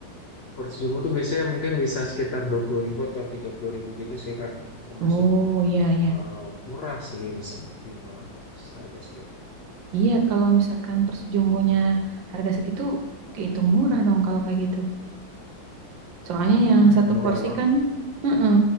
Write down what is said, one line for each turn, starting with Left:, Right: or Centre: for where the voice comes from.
Left: Percuma tuh biasanya mungkin bisa sekitar dua puluh ribu atau tiga puluh ribu gitu sih Kak. Termasuk
Right: Oh, iya, iya.
Left: eh, murah sih di, sana, di Malang. Harga segitu.
Right: Iya, kalau misalkan porsi jumbonya harga segitu, kehitung murah dong kalau kayak gitu. Soalnya
Left: Mm-mm,
Right: yang satu
Left: murah
Right: porsi
Left: banget.
Right: kan, heeh,